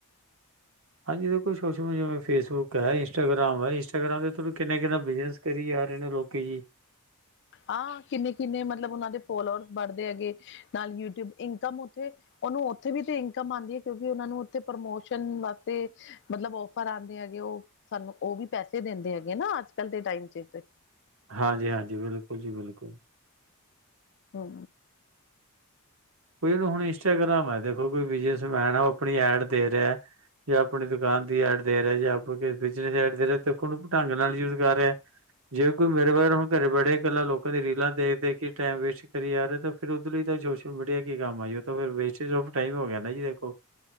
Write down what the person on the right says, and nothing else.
ਹਾਂਜੀ ਦੇਖੋ ਸੋ਼ਸ਼ਲ ਮੀਡੀਆ ਫੇਸਬੁੱਕ ਐ, ਇੰਸਾਗ੍ਰਾਮ ਐ, ਇੰਸਟਾਗ੍ਰਾਮ ਦੇ ਤਾਨੂੰ ਕਿਨਾ-ਕਿਨਾ ਬਿਜਨਸ ਕਰੀ ਜਾ ਰੇ ਨੇ ਲੋਕੀ ਜੀ।
ਹਾਂਜੀ ਹਾਂਜੀ, ਬਿਲਕੁਲ ਜੀ ਬਿਲਕੁਲ।
ਹੁਨ ਇੰਸਟਾਗ੍ਰਾਮ ਹੈ ਦੇਖੋ ਕੋਈ ਬਿਜਨਸਮੈਨ ਐ, ੳਹ ਅਪਨੀ ਐਡ ਦੇ ਰੇਆ ਜਾਂ ਅਪਨੀ ਦੁਕਾਨ ਦੀ ਐਡ ਦੇ ਰੇਆ ਜਾਂ ਅਪਨੇ ਬਿਜਨਸ ਐਡ ਦੇ ਰੇਆ ਦੇਖੋ ੳਨੂੰ ਢੰਗ ਨਾਲ ਯੁਜ਼ ਕਰ ਰੇਆ ਜੇ ਕੋਈ ਮੇਰੇ ਬਾਰ ਹੁਨ ਘਰੇ ਬੜੇ ਕਲਾ ਲੋਕਾਂ ਦੀ ਰੀਲਾਂ ਦੇਖ ਦੇਖ ਕੇ ਟਾਈਮ ਵੇਸਟ ਕਰੀ ਜਾ ਰੇ ਤੇ ਫੇਰ ੳਦੇ ਲਈ ਤਾਂ ਸੋਸ਼ਲ ਮੀਡੀਆ ਕੀ ਕੰਮ ਆਈ, ੳਹ ਤੇ ਫੇਰ ਵੇਸਟੇਜ ਔਫ ਟਾਈਮ ਹੋ ਗਿਆ ਨਾ ਜੀ ਦੇਖੋ।